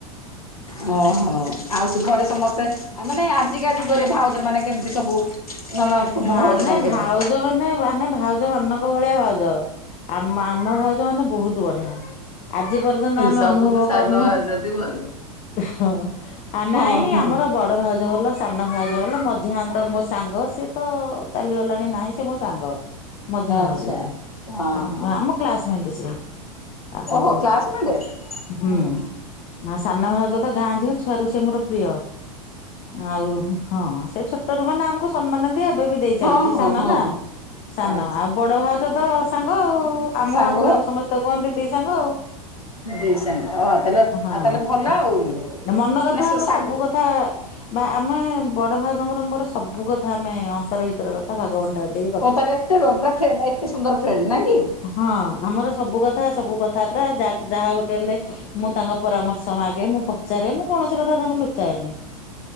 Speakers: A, on the left; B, on the left.
A: ହଁ ହଁ ଆଉ ସେ ଘରେ ସମସ୍ତେ ମାନେ ଆଜିକା ଯୁଗରେ ଭାଉଜ ମାନେ କେମିତି ସବୁ। ନା ନା ତୁମ
B: ମାନେ
A: ଭାଉଜ କେମିତି?
B: ଭାଉଜ ମାନେ ମାନେ ଭାଉଜ ମାନଙ୍କ ଭଳିଆ ଭାଉଜ। ଆମ ଆମ ଭାଉଜ ମାନେ ବହୁତ ବଢିଆ। ଆଜି ପର୍ଯ୍ୟନ୍ତ ଆମେ
A: ସବୁଠୁ
B: ଅନୁଭବ
A: ସାନ
B: କରୁନୁ।
A: ଭାଉଜଟି ଭଲ।
B: ହ ନାଇଁ
A: ହଁ
B: ଆମର ବ। ବଡ଼ ଭାଉଜ ଭଲ ସାନ ଭାଉଜ ଭଲ ମଝିଆ ନ୍ତାମୋ ସାଙ୍ଗ ସେ। ତ ଚାଲିଗଲାଣି ନାହିଁ ସେ ମୋ ସାଙ୍ଗ ମଝିଆ
A: ଆଚ୍ଛା
B: ଭାଉଜ ଯେ
A: ହଁ ହଁ।
B: କ ଆମ। କ୍ଲାସମେଟ ସ ଆଉ
A: ଓହୋ କ୍ଲାସମେଟ
B: ହୁଁ।
A: ହଁ
B: ନା ସାନ ଭାଉଜ ତ ଗାଁ ଝିଅ ଛୁଆ ର ସେି ମୋର ପ୍ରିୟ। ଆଉ ହଁ ସେ ଛୋଟ ର ମାନେ ଆମକୁ ସମ୍ମାନ ଏବେ ବି ଦେଇ
A: ହଁ
B: ଚାାଲିଛି ସାନ
A: ହଁ।
B: ନା ସାନ
A: ଆଚ୍ଛା
B: ଆଉ ବଡ ଭାଉଜ ତ ସାଙ୍ଗ ଆଉ ଆମକୁ
A: ସାଙ୍ଗ
B: ଆମ ଘରେ ସମସ୍ତେ କୁହନ୍ତି ଦି ସାଙ୍ଗ ଆଉ।
A: ଦିଇ ସାଙ୍ଗେ ହଁ ଆଉ ତାହେଲେ ଆଉ
B: ହଁ
A: ତାହେଲେ ଭଲ ଆଉ।
B: ମନ କଥା
A: ମାନେ
B: ଆମେ
A: ସାଙ୍ଗ
B: ସବୁ କଥା ବା ଆମେ ବଡ ଭାଉଜଙ୍କର ମୋର ସବୁ କଥା ଆମେ ଅନ୍ତର ଭିତରେ କଥା <inaudible> ବାଗଉ ଟାନ୍ତି
A: ମୁଁ ତାହେ ଏତ ପୁରା ଏତେ ସୁନ୍ଦର ଫ୍ରେଣ୍ଡ ନଆ କି?
B: ହଁ ଆମର ସବୁ କଥା ସବୁ କଥାଟା ଯାହା ଗୋଟେ ହେଲେ ମୁଁ ତାଙ୍କ ପରାମର୍ଶ ମାଗେ ମୁଁ ପଚାରେ ମୁଁ କୌଣସି କଥା ତାଙ୍କୁ ଲୁଚାଏନି।